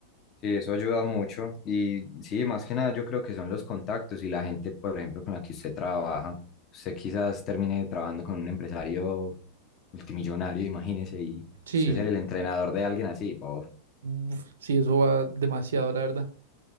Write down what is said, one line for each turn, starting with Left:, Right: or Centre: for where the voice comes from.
Left: Sí, eso ayuda mucho. Y sí, más que nada yo creo que son los contactos y la gente, por ejemplo, con la que usted trabaja. Usted quizás termine trabajando con un empresario multimillonario, imagínese, y
Right: Sí,
Left: usted ser el entrenador de alguien así. Por
Right: uf, sí, eso va demasiado, la verdad.